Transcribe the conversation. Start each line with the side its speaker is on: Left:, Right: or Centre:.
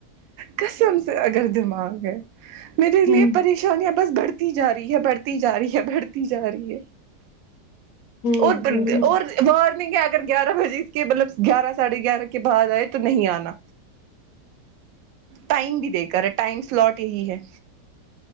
Right: کسم سے اگر دماغ ہے میرے لیے
Left: ہوں
Right: پریشانیاں بس بڑھتی جا رہی ہے بڑھتی جا رہی ہے بڑھتی جا رہی ہے
Left: ہوں
Right: اور باند
Left: ہوں
Right: اور وارننگ ہے اگر گیارہ بجے اس کے مطلب گیارہ ساڑھے گیارہ کے بعد آئے تو نہیں آنا ٹائم بھی دیک کرا ٹائم سلٹ یہی ہے